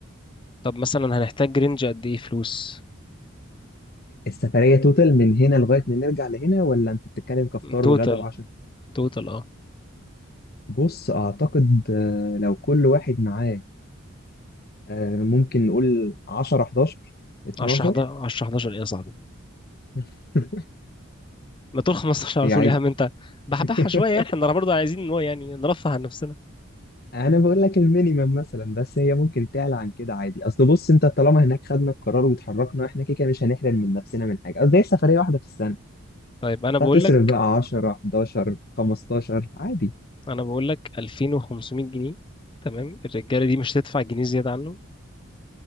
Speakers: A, on the left; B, on the left.
A: طب مثلا هنحتاج رينج قد ايه فلوس
B: السفرية توتال من هنا لغاية ما نرجع لهنا ولا أنت بتتكلم كفطار
A: توتال
B: وغدا وعشاء
A: توتال اه
B: بص أعتقد آه، لو كل واحد معاه آه، ممكن نقول 10 11 12
A: 10 11 10 11 ايه يا صاحبي
B: <laughs>
A: ما تقول 15 على
B: هي
A: طول
B: عايزة
A: يا عم انت بحبحها
B: <laughs>
A: شويه يعني احنا برضه عايزين ان هو يعني نرفه عن نفسنا
B: أنا بقول لك المينيمم مثلا بس هي ممكن تعلى عن كده عادي أصل بص أنت طالما هناك خدنا القرار واتحركنا إحنا كده كده مش هنحرم من نفسنا من حاجة قصدي هي سفرية واحدة في السنة
A: طيب انا بقول
B: هتصرف
A: لك
B: بقى 10 11 15 عادي
A: انا بقول لك 2500 جنيه تمام الرجاله دي مش هتدفع جنيه زياده عنه